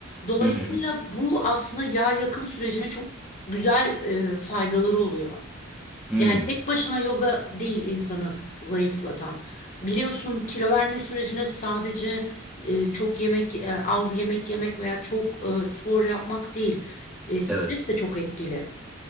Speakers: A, on the left; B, in the centre.
A: Dolayısıyla
B: Hı hı.
A: bu aslında yağ yakım sürecine çok güzel e, faydaları oluyor.
B: Hmm,
A: Yani tek başına yoga değil insanı zayıflatan. Biliyorsun kilo verme sürecine sadece e, çok yemek, e, az yemek yemek veya çok e, spor yapmak değil. E, stres
B: Evet.
A: de çok etkili.